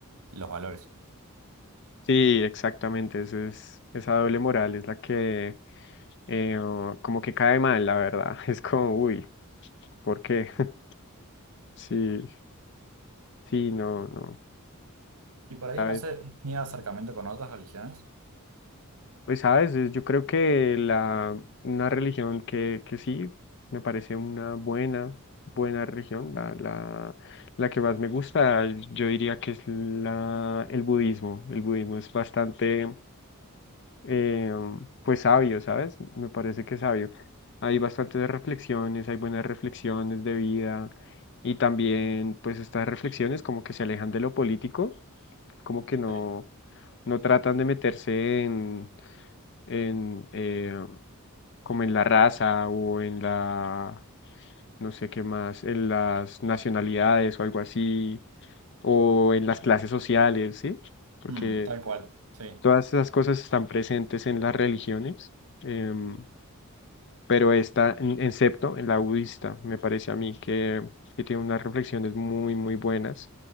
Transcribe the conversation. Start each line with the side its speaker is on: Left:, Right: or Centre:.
Right: los valores.
Left: Sí, exactamente, esa es, esa doble moral es la que eh, o como que cae mal, la verdad. <laughs> Es como, uy, ¿por qué? <laughs> Sí, sí, no, no.
Right: Y por ahí
Left: ¿Sabes?
Right: no sé, ni acercamiento con otras religiones.
Left: Pues sabes, Es- yo creo que la, una religión que, que sí me parece una buena, buena religión, la, la, la que más me gusta, yo diría que es la, el budismo. El budismo es bastante eh, pues sabio, ¿sabes? Me parece que es sabio. Hay bastantes reflexiones, hay buenas reflexiones de vida y también pues estas reflexiones como que se alejan de lo político, como que no,
Right: Sí.
Left: no tratan de meterse en, en eh, como en la raza o en la, no sé qué más, en las nacionalidades o algo así, o en las clases sociales, ¿sí? Porque
Right: Mm, tal cual, sí.
Left: Todas esas cosas están presentes en las religiones, em, pero esta, en- excepto en la budista, me parece a mí que, que tiene unas reflexiones muy, muy buenas.